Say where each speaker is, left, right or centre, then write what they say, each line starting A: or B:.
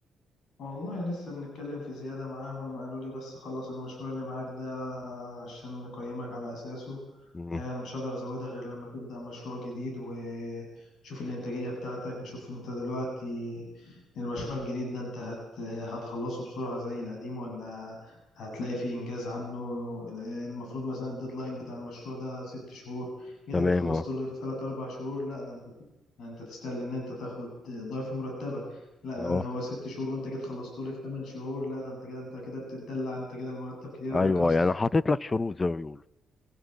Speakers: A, on the left (about 70°); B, on the left (about 30°).
A: والله لسه بنتكلم في زيادة معاهم قالوا لي بس خلص المشروع اللي معاك ده عشان نقيمك على أساسه
B: مم.
A: آه، أنا مش هقدر أزودها غير لما تبدأ مشروع جديد ونشوف الإنتاجية بتاعتك نشوف أنت دلوقتي المشروع الجديد ده أنت هت هتخلصه بسرعة زي القديم ولا هتلاقي فيه إنجاز عنه آه، المفروض مثلا الديدلاين بتاع المشروع ده ست شهور جيت
B: تمام
A: أنت خلصته
B: اه
A: له في تلات أربع شهور لا ده أنت ده أنت تستاهل إن أنت تاخد ضعف مرتبك لا
B: اه
A: ده هو ست شهور وانت جيت خلصته لي في ثمان شهور لا ده انت كده انت كده بتتدلع انت كده المرتب كتير عليك
B: ايوه
A: اصلا
B: يعني حاطط لك شروط زي ما بيقولوا